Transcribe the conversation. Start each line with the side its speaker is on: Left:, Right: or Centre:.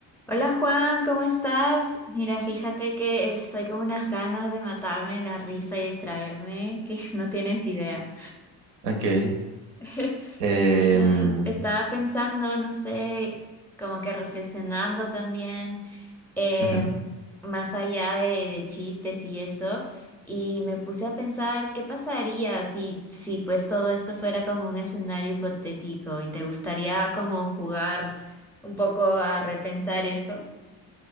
Centre: Hola Juan, ¿cómo estás? Mira, fíjate que estoy con unas ganas de matarme la risa y distraerme, que <laughs> no tienes idea.
Right: Ok.
Centre: <laughs>
Right: em,
Centre: Entonces, estaba pensando, no sé, como que reflexionando también, eh,
Right: ujú.
Centre: más allá de, de chistes y eso, y me puse a pensar qué pasaría si, si pues todo esto fuera como un escenario hipotético y te gustaría como jugar un poco a repensar eso.